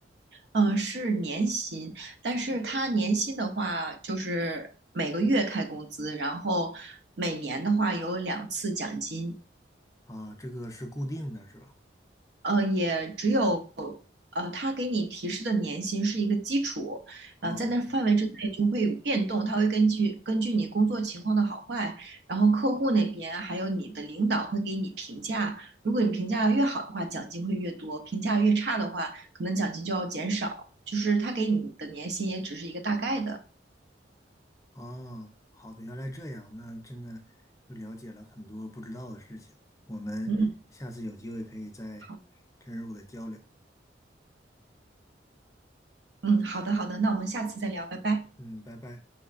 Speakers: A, on the right (about 65°); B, on the left (about 20°).
A: 嗯，是年薪，但是他年薪的话，就是每个月开工资，然后每年的话有两次奖金。
B: 啊，这个是固定的，是吧？
A: 呃，也只有呃，他给你提示的年薪是一个基础，呃，
B: 啊
A: 在那范围之内就会有变动，他会根据根据你工作情况的好坏，然后客户那边还有你的领导会给你评价，如果你评价越好的话，奖金会越多；评价越差的话，可能奖金就要减少。就是他给你的年薪也只是一个大概的。
B: 啊，好的，原来这样，那真的又了解了很多不知道的事情。我们下次有机会可以再
A: 嗯好，
B: 深入的交流。
A: 嗯，好的好的，那我们下次再聊，拜拜。
B: 嗯，拜拜。